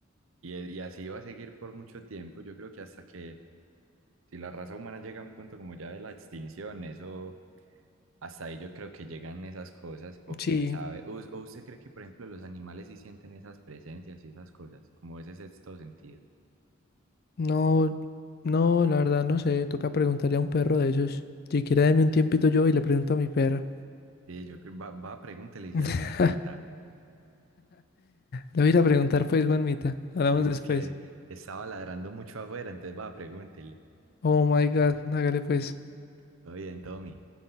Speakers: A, on the right; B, on the left.
A: Y, y así va a seguir por mucho tiempo. Yo creo que hasta que si la raza humana llega a un punto como ya de la extinción, eso, hasta ahí yo creo que llegan esas cosas, o
B: Sí,
A: quién sabe. ¿O, o usted cree que, por ejemplo, los animales sí sienten esas presencias y esas cosas, como ese sexto sentido?
B: No, no, la verdad no sé, toca preguntarle a un perro de esos. Si quiere, deme un tiempito yo y le pregunto a mi perra.
A: Sí, yo creo, va, va, pregúntele y
B: <laughs>
A: si algo me cuenta.
B: Le voy a ir a preguntar pues, Juanmita. Hablamos
A: Sí, porque
B: después.
A: estaba ladrando mucho afuera, entonces va, pregúntele.
B: Oh my God, hágale pues.
A: Todo bien, Tommy.